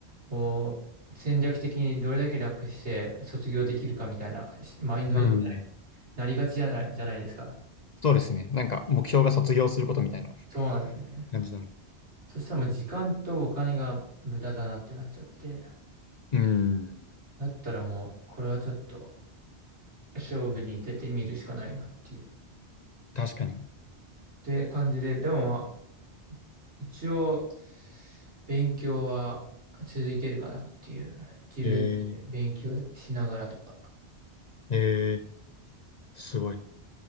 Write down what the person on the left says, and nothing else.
うん。
そうですね。なんか、目標が卒業することみたいな
<laughs> 感じなの。
うん。
確かに。
えー、えー、すごい。